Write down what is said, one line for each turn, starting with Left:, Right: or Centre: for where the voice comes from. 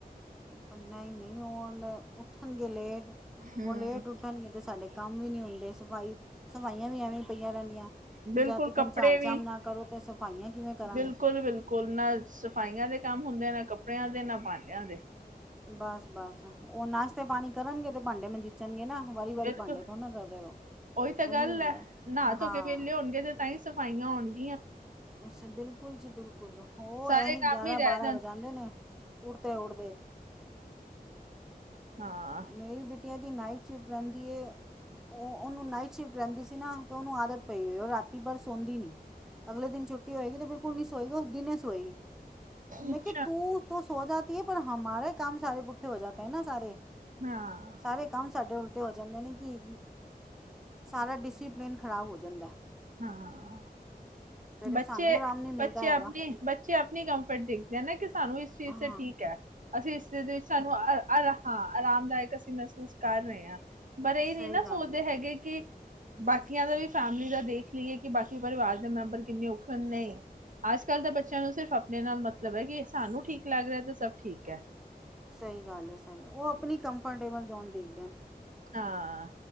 Centre: ਪਰ ਨਹੀਂ-ਨਹੀਂ ਉਹ ਉੱਠਣ ਗ ਲੇਟ।
Right: ਹਮ
Centre: ਉਹ ਲੇਟ ਉੱਠਣਗੇ ਤੇ ਸਾਡੇ ਕੰਮ ਵੀ ਨਹੀਂ ਹੁੰਦੇ ਸਫ਼ਾਈ ਸਫਾਈਆਂ ਵੀ ਐਵੇਂ ਪਈਆਂ ਰਹਿੰਦੀਆਂ।
Right: ਬਿਲਕੁਲ
Centre: ਜਦ ਤੱਕ
Right: ਕੱਪੜੇ
Centre: ਝਾੜ
Right: ਵੀ
Centre: ਝਾਮ ਨਾ ਕਰੋ ਤਾਂ ਸਫਾਈਆਂ ਕਿਵੇਂ ਕਰਾਂਗੇ
Right: ਬਿਲਕੁਲ-ਬਿਲਕੁਲ ਨਾ ਸਫ਼ਾਈਆਂ ਦੇ ਕੰਮ ਹੁੰਦੇ ਆ ਨਾ ਕੱਪੜਿਆਂ ਦੇ ਨਾ ਭਾਂਡਿਆਂ ਦੇ।
Centre: ਬਸ-ਬਸ ਉਹ ਨਾਸ਼ਤੇ ਪਾਣੀ ਕਰਨਗੇ ਤੇ ਭਾਂਡੇ ਮਜੀਚਣਗੇ ਨਾ ਵਾਰੀ-ਵਾਰੀ
Right: ਬਿਲਕੁਲ
Centre: ਭਾਂਡੇ ਥੋੜ ਨਾ ਕਰਦੇ ਰਹੋ।
Right: ਉਹੀ ਤਾਂ ਗੱਲ
Centre: ਹੁੰਦਾ
Right: ਹੈ ਨਾਹਾ
Centre: ਹਾਂ
Right: ਧੋ ਕੇ ਵਿਹਲੇ ਹੋਣਗੇ ਤੇ ਤਾਂ ਹੀ ਸਫਾਈਆਂ ਹੋਣਗ
Centre: ਅ ਬਿਲਕੁਲ ਜੀ ਬਿਲਕੁਲ ਉਹ
Right: ਸਾਰੇ
Centre: ਐਹੀ
Right: ਕੰਮ
Centre: ਗਿਆਰਾਂ
Right: ਹੀ ਰਹਿ
Centre: ਬਾਰਾਂ ਵਜ ਜਾਂਦੇ ਨੇ ਉੜਦੇ-ਉੜਦੇ
Right: ਹਾਂ
Centre: ਮੇਰੀ ਬਿੱਟੀਆ ਦੀ ਨਾਈਟ ਸ਼ਿਫਟ ਰਹਿੰਦੀ ਏ ਉਹ ਉਹਨੂੰ ਨਾਈਟ ਸ਼ਿਫਟ ਰਹਿੰਦੀ ਸੀ ਨਾ ਤੋ ਉਹਨੂੰ ਆਦਤ ਪਈ ਹੋਈ ਉਹ ਰਾਤੀ ਭਰ ਸੋਦੀ ਨੀ ਅਗਲੇ ਦਿਨ ਛੁੱਟੀ ਹੋਏਗੀ। ਤੇ ਬਿਲਕੁਲ ਨਹੀਂ ਉਹ ਦਿਨੇ ਸੋਇਗੀ ਮੈਂ
Right: ਅੱਛਾ
Centre: ਕਿਹਾ ਤੂੰ ਵੋ ਸੋ ਜਾਤੀ ਹੈ ਪਰ ਹਮਾਰਾ ਕੰਮ ਸਾਰੇ ਪੁੱਠੇ ਹੋ ਜਾਤੇ ਹੈ ਨਾ ਸਾਰੇ
Right: ਹਾਂ
Centre: ਸਾਰੇ ਕੰਮ ਸਾਡੇ ਉਲ ਟ ਹੋ ਜਾਂਦੇ ਨੇ ਕਿ ਸਾਰਾ ਡਿਸਪਲਿਨ ਖਰਾਬ ਹੋ ਜਾਂਦਾਏ।
Right: ਹਾਂ।
Centre: ਫਿਰ
Right: ਬੱਚੇ-ਬੱਚੇ
Centre: ਸਾਨੂੰ ਆਰਾਮ ਨਹੀਂ ਮਿਲਦਾ
Right: ਆਪਣੀ
Centre: ਹੈਗਾ
Right: ਬੱਚੇ ਆਪਣੀ ਕੰਮਫਰਟ ਦੇਖਦੇ ਨਾ ਕਿਸ ਸਾਨੂੰ ਇਸ ਚੀਜ਼
Centre: ਹਾਂ
Right: ਤੇ ਠੀਕ ਹੈ ਅਸੀਂ ਇਸ ਚੀਜ਼ <unintelligible> ਸਾਨੂੰ ਆ ਆਰਾਮ ਹਾਂ। ਲਾਈਕ ਅਸੀਂ ਮਹਿਸੂਸ ਕਰ ਰਹੇ ਹਾਂ, ਪਰ ਇਹ ਨਹੀਂ
Centre: ਸਹੀ
Right: ਨਾ ਸੋਚਦੇ
Centre: ਗੱਲ ਹੈ
Right: ਹੈਗੇ ਕਿ ਬਾਕੀਆਂ ਦਾ ਵੀ ਫੈਮਿਲੀ ਦਾ ਦੇਖ ਲਈਏ, ਕਿ ਬਾਕੀ ਪਰਿਵਾਰ ਦੇ ਮੈਂਬਰ ਕਿੰਨੇ ਔਖੇ ਨੇ, ਨਹੀ। ਅੱਜ ਕੱਲ੍ਹ ਦੇ ਬੱਚਿਆਂ ਨੂੰ, ਸਿਰਫ਼ ਆਪਣੇ ਨਾਲ ਮਤਲਬ ਹੈ, ਕਿ ਸਾਨੂੰ ਠੀਕ ਲੱਗ ਰਿਹਾ ਤੇ ਸਭ ਠੀਕ ਹੈ।
Centre: ਸਹੀ ਗੱਲ ਹੈ ਸਹੀ ਉਹ ਆਪਣੀ ਕੰਫਰਟੇਬਲ ਜ਼ੋਨ ਦੇਖ
Right: ਹਾਂ।